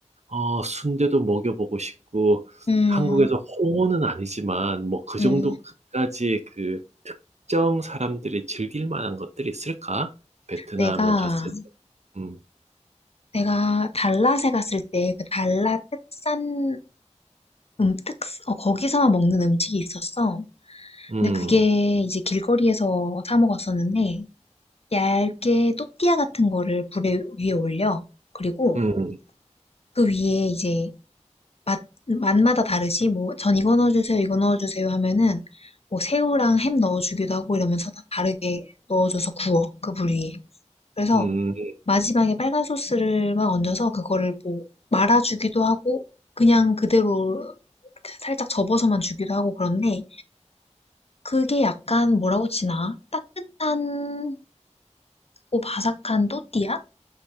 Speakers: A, on the right; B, on the left.
A: 어, 순대도 먹여보고 싶고,
B: 음,
A: 한국에서 홍어는 아니지만, 뭐 그
B: 음.
A: 정도까지 그 특정 사람들이 즐길 만한 것들이 있을까? 베트남에
B: 내가
A: 갔을 때. 음,
B: 내가 달랏에 갔을 때 그 달랏 특산 음, 특, 어, 거기서만 먹는 음식이 있었어.
A: 음,
B: 근데 그게 이제 길거리에서 사 먹었었는데 얇게 또띠아 같은 거를 불에 위에 올려. 그리고
A: 음,
B: 그 위에 이제 맛 맛마다 다르지. 뭐 전 이거 넣어주세요, 이거 넣어주세요 하면은 뭐 새우랑 햄 넣어주기도 하고 이러면서 다 다르게 넣어줘서 구워 그 불 위에. 그래서
A: 음.
B: 마지막에 빨간 소스를 막 얹어서 그거를 뭐 말아주기도 하고 그냥 그대로 살짝 접어서만 주기도 하고 그런데 그게 약간 뭐라고 치나? 따뜻한 고 바삭한 또띠아?